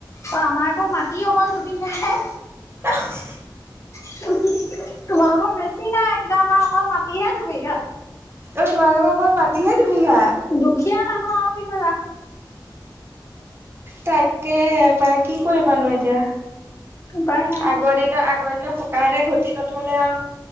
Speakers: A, on the left; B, on the right.
A: অ আমাৰ আকৌ মাটি অকল দুবিঘা হে
B: অহ‌‌হু
A: হুম তোমালোকৰ বেছি নাই কিন্তু আমাৰ অকল মাটিহে দুবিঘা
B: অহ তোমালোক অকল মাটিহে দুবিঘা
A: দুখীয়া মানুহ আও কি কৰিবা
B: তাকেহে পাই কি কৰিবানো এতিয়া
A: উপায় নাই
B: আগত দিনৰ আগ দিনৰ ককা আইতা ঘটি নথলে আও